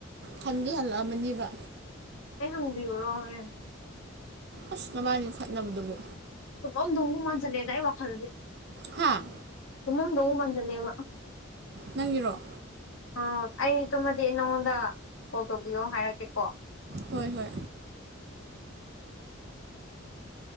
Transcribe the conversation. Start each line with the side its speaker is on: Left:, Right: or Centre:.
Right: ꯍꯟꯗꯤ ꯍꯜꯂꯛꯑꯃꯅꯦꯕ
Left: ꯑꯩ ꯍꯪꯕꯤꯌꯨꯔꯣ ꯍꯣꯔꯦꯟ
Right: ꯑꯁ ꯅꯕꯥꯟꯅꯤ ꯈꯠꯅꯕꯗꯨꯕꯨ
Left: ꯇꯨꯝꯃꯝꯗꯧꯕꯨ ꯃꯥꯟꯖꯤꯜꯂꯛ ꯑꯦꯂꯦꯗ ꯑꯩ ꯋꯥꯈꯜꯗꯗꯤ
Right: ꯍꯥ
Left: ꯇꯨꯝꯃꯝꯗꯧ ꯃꯥꯟꯁꯤꯜꯂꯦꯕ
Right: ꯅꯪꯒꯤꯔꯣ
Left: ꯑꯥ ꯑꯩ ꯇꯨꯝꯃꯗꯤ ꯑꯩ ꯅꯪꯉꯣꯟꯗ ꯀꯣꯜ ꯇꯧꯕꯤꯌꯣ ꯍꯥꯏꯔꯛꯀꯦ ꯀꯣ
Right: ꯍꯣꯏ ꯍꯣꯏ